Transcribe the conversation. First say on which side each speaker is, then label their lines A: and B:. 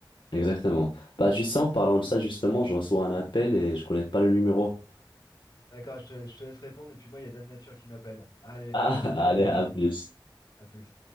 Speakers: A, on the left; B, on the left.
A: exactement. Bah, tu sais, en parlant de ça, justement, je reçois un appel et je connais pas le numéro.
B: D'accord, je te, je te laisse répondre, et puis moi, il y a Dame Nature qui m'appelle. Allez,
A: <laughs> Ah,
B: à bientôt, mon
A: allez, à
B: ami.
A: plus.
B: À plus.